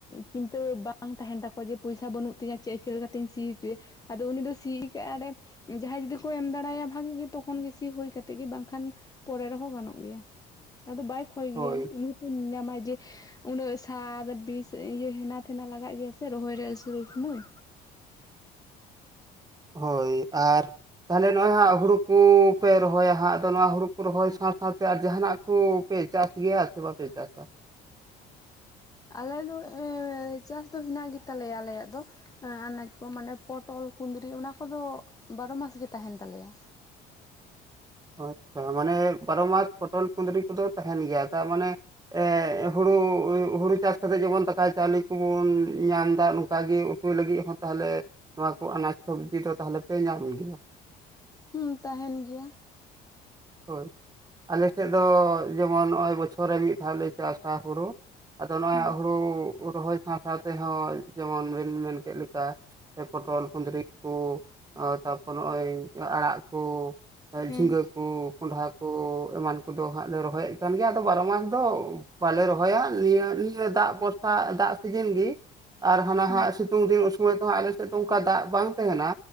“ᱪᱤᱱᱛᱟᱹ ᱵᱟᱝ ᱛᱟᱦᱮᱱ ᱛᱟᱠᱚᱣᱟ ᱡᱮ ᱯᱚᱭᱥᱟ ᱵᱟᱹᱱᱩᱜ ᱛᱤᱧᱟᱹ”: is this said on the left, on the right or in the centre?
Left